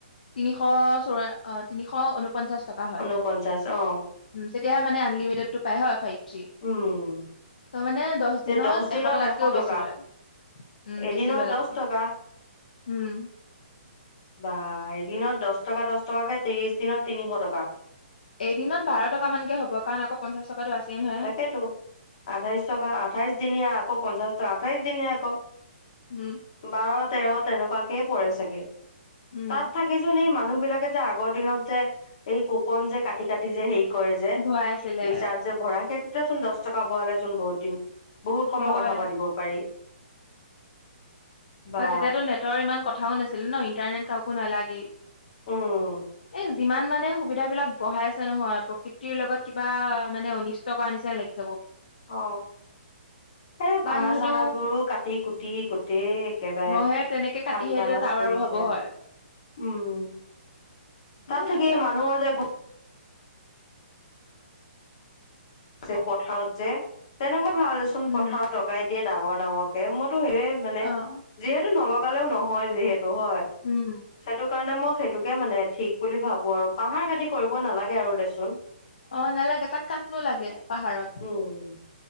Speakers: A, on the left; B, on the left.
A: তিনিশ, চৌৰা তিনিশ, ঊনপঞ্চাশ টকা হয়
B: ঊনপঞ্চাশ, অ'
A: তেতিয়াহে মানে আনলিমিটেডটো পাই, হয়, ফাইভ জি
B: উম
A: ত মানে। দছ
B: তে
A: দিনত,
B: দহ
A: এশ টকাতকেও বেছি
B: টকা
A: লয়। উম,
B: এদিনত
A: বেছি লয় তাতকেও
B: দহ টকা
A: উম।
B: বা এদিনত দছ টকা, দছ টকাকে, ত্ৰিশ দিনত, তিনিশ টকা
A: এদিনত বাৰ টকা মানকে হ'ব। কাৰণ আকৌ পঞ্চাশ টকাটো আছেই নহয়।
B: হেতো আঠাইশ টকা, আঠাইশ দিনীয়া আকৌ, পঞ্চাশ টকা, আঠাইশ দিনীয়া আকৌ।
A: উম।
B: বাৰ তেৰ, তেনেকুৱাকেই পৰে চাগে
A: উম,
B: তাত থাক হেছোন এই মানুহ বিলাকে যে আগৰ দিনত যে এই কুপন যে কাটি কাটি যে, হেই কয়ে যে
A: ভৰাই আছিলে
B: ৰিচাৰ্জ যে ভৰাই সেইটোতে চোন দহ টকা ভৰালে চোন বহুত দিন বহুত সময়
A: হয়,
B: কথা পাতিব পাৰি। বা
A: অ, তেতিয়াতো নেটৰ ইমান কথাও নাছিলে ন, ইণ্টাৰনেট কাকো নালাগেই।
B: উম
A: এ, যিমান মানে সুবিধা বিলাক বঢ়াইছে, নহয়। প্ৰকৃতিৰ লগত কিবা মানে অনিষ্ট কৰাৰ নিচিনা লাগি যাব।
B: অ, এই
A: কাৰণ
B: পাহাৰ,
A: সেইটো
B: চাহাৰ বোৰো কাটি, কুটি গোটেই একেবাৰে
A: মইহে তেনেকে
B: শান্তা
A: কাটিহে
B: লাজ
A: টাৱাৰ
B: কৰিছে
A: বহাব হয়।
B: উম।
A: সেইবিলাকে
B: তাত থাকি
A: আৰু
B: মানুহৰ যে যে পথাৰত যে, তেনেকুৱা ভাল দেচোন,
A: উম,
B: পথাৰত লগাই দিয়ে ডাঙৰ, ডাঙৰ। মইতো সেইয়াই মানে
A: অ',
B: যিহেতু নলগালেও নহয়, যিহেতু হয়।
A: উম।
B: সেইটো কাৰণে মই সেইটোকে মানে ঠিক বুলি ভাবো। আৰু পাহাৰ কাটি কৰিব নালাগে আৰু দেচোন।
A: অ, নালাগে, তাত কাটনো লাগে, পাহাৰত।
B: উম।